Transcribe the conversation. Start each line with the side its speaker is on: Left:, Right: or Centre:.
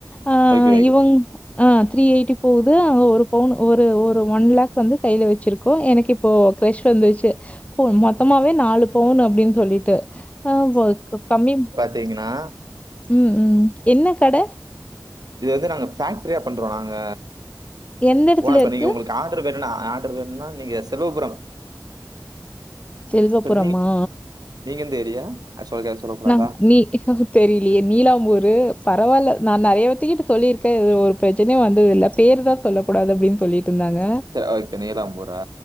Left: ஆ
Right: ஓகே, ஓகே.
Left: இவங் ஆ த்ரீ எயிட்டி போகுது ஒரு பவுண் ஒரு ஒரு ஒன் லேக் வந்து கைல வச்சிருக்கோ எனக்கு இப்ப கிரஷ் வந்துச்சு போன் மொத்தமாவே
Right: ம்.
Left: நாலு பௌன்னு அப்டின்னு சொல்லிட்டு அ கம்மி
Right: த்தீங்கன்னா
Left: உ உ என்ன கட
Right: இது வந்து நாங்க ஃபேக்டரியா பண்றோ நாங்க
Left: எந்த இடத்துல
Right: ஓனர் பண்ணி
Left: இருக்கு?
Right: உங்களுக்கு அ <unintelligible> ஆர்டர் வேணுனா நீங்க செலவபுரோ
Left: செல்வப்புறமா
Right: நீ நீங்க எந்த ஏரியா? அது சொல்ல சொல்லக்கூடாதா?
Left: நா நீ ங்க தெரியலியே நீலாம்பூரு பரவாயில்ல நா நெறியா பேத்துக்கிட்ட சொல்லியிருக்கே இது ஒரு பிரச்சனையு வந்ததில்ல பேருதா சொல்லக் கூடாது அப்டின் சொல்லிட்டு இருந்தாங்க
Right: சேரி ஓகே நீலாம்பூரா